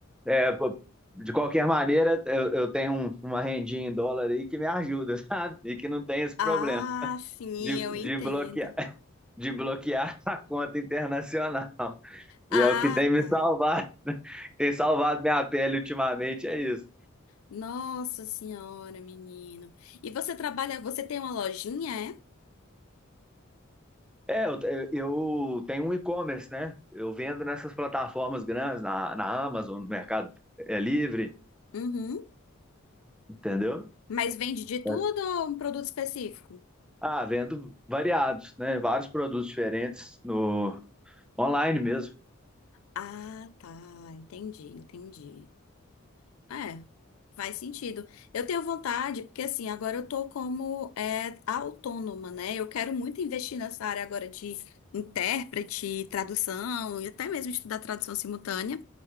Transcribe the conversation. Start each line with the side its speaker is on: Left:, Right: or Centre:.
Centre: é, pô, de qualquer maneira, eu, eu tenho um- uma rendinha em dólar aí que me ajuda, <laughs> sabe? E que não tem esse problema
Left: Ah, sim,
Centre: de,
Left: eu entendo.
Centre: de bloquear, de bloquear <laughs> a conta internacional. E
Left: Ah,
Centre: é o que tem me
Left: tá.
Centre: salvado, <laughs> tem salvado minha pele ultimamente, é isso.
Left: Nossa senhora, menino. E você trabalha, você tem uma lojinha, é?
Centre: É, eu, te- eu tenho um e-commerce, né? Eu vendo nessas plataformas grandes, na, na Amazon, no Mercado é Livre,
Left: Uhum.
Centre: entendeu?
Left: Mas vende de tudo
Centre: É,
Left: ou um produto específico?
Centre: Ah, vendo variados, né? Vários produtos diferentes no, Online mesmo.
Left: Ah, tá. Entendi, entendi. É, faz sentido. Eu tenho vontade, porque assim, agora eu tô como é, autônoma, né? Eu quero muito investir nessa área agora de intérprete, tradução, e até mesmo estudar tradução simultânea,